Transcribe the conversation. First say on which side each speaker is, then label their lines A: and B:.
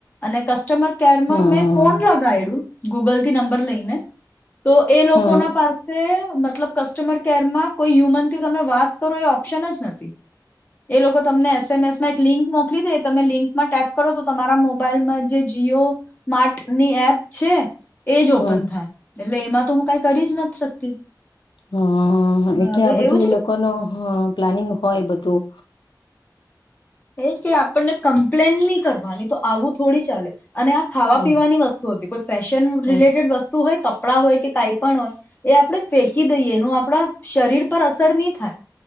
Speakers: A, on the left; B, on the left.
A: અને કસ્ટમર કેર
B: હમ
A: મેં ફોન લગાવું ગૂગલથી નંર લઈને તો એ લોકો
B: હમ
A: ના પાસે મતલબ કસ્ટમર કેરમાં કોઈ હ્યુમન થી તમે વાત કરો એ ઓપ્શન જ નથી એ લોકો તમને એસએમએસ માં એક લિંક મોકલી દે તમે લિંક માં ટેપ કરો તો તમારા મોબાઈલમાં જે જીઓ માર્ટ ની એપ છે એજ
B: હમ
A: ઓપન થાય એટલે એમાં તો હું કઈ કરી જ નથી શકતી
B: હમ
A: હવે
B: એટલે આ બધું
A: એવું છે
B: એ
A: કે
B: લોકો ન પ્લાનિંગ હોય બધું
A: એજ કે આપણને કમ્પ્લેન નહી કરવાની તો આવું થોડી ચાલે અને આ ખાવા
B: હ હ
A: પીવાની વસ્તુ હતી કોઈ ફેશન
B: હ
A: રિલેટેડ વસ્તુ હોય કપડાં હોય કે કઈ પણ હોય આપણે ફેંકી દઈએ એનું આપણા શરીર પર અસર નહી થાય